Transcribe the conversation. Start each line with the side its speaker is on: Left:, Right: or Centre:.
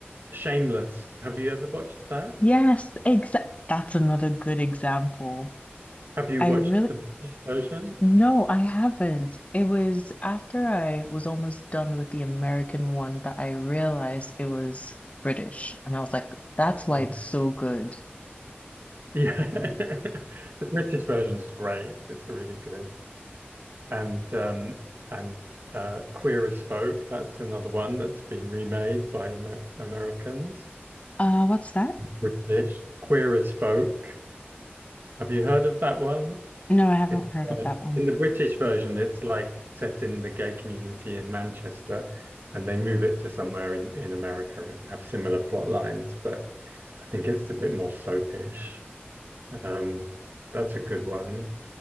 Right: Shameless. Have you ever watched that?
Left: Yes, exact. That's another good example.
Right: Have you
Left: I
Right: watched
Left: really,
Right: the British version?
Left: No, I haven't. It was after I was almost done with the American one that I realized it was British. And I was like, that's why
Right: No.
Left: it's so good.
Right: Yeah. <laughs> The British version's great. It's really good. And um and uh Queer as Folk, that's another one that's been remade by Amer Americans.
Left: Uh, what's that?
Right: British. Queer as Folk. Have you heard of that one?
Left: No, I haven't
Right: It's
Left: heard
Right: like
Left: of that one.
Right: in the British version, it's like set in the gay community in Manchester, and they move it to somewhere in, in America and have similar plot lines, but I think it's a bit more soapish. Um, that's a good one.